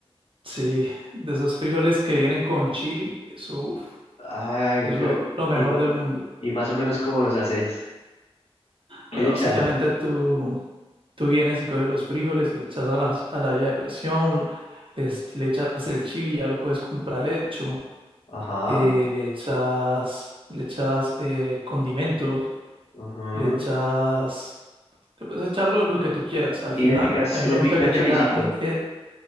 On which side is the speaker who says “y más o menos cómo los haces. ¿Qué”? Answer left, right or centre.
Left